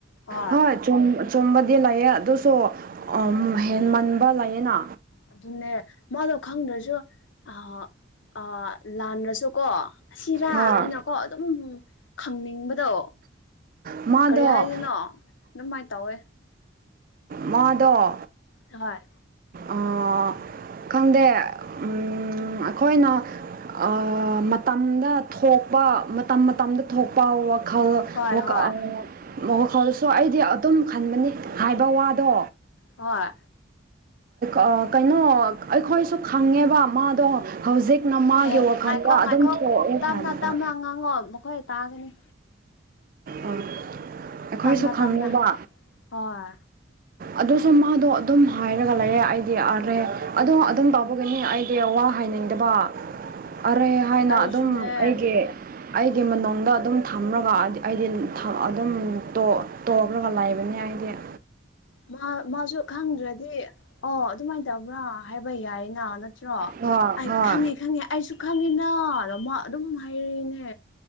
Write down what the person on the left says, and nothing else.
ꯍꯣꯏ
ꯑꯗꯨꯅꯦ ꯃꯥꯗꯣ ꯈꯪꯗ꯭ꯔꯁꯨ ꯑꯥ ꯑꯥ ꯂꯥꯟꯔꯁꯨꯀꯣ ꯑꯁꯤꯔꯥ
ꯍꯥꯏꯅꯀꯣ ꯑꯗꯨꯝ ꯈꯪꯅꯤꯡꯕꯗꯣ
ꯀꯔꯤ ꯍꯥꯏꯗꯨꯏꯅꯣ ꯑꯗꯨꯃꯥꯏ ꯇꯧꯋꯦ
ꯍꯣꯏ
ꯍꯣꯏ
ꯍꯣꯏ
ꯍꯣꯏ
ꯍꯦ
ꯉꯥꯏꯈꯣ
ꯉꯥꯏꯈꯣ
ꯇꯞꯅ
ꯇꯞꯅ ꯉꯥꯡꯉꯣ ꯃꯈꯣꯏ ꯇꯥꯒꯅꯤ
ꯇꯞꯅ
ꯇꯞꯅ ꯍꯣꯏ
ꯑꯩꯁꯨꯅꯦ
ꯃꯥ ꯃꯥꯁꯨ ꯈꯪꯗ꯭ꯔꯗꯤ ꯑꯣ ꯑꯗꯨꯃꯥꯏꯟ ꯇꯧꯕ꯭ꯔꯥ ꯍꯥꯏꯕ ꯌꯥꯏꯅ ꯅ ꯇ꯭ꯔꯣ
ꯑꯩ
ꯈꯪꯉꯦ ꯈꯪꯉꯦ ꯑꯩꯁꯨ ꯈꯪꯉꯤꯅ ꯑꯗꯣ ꯃꯥ ꯑꯗꯨꯝ ꯍꯥꯏꯔꯩꯅꯦ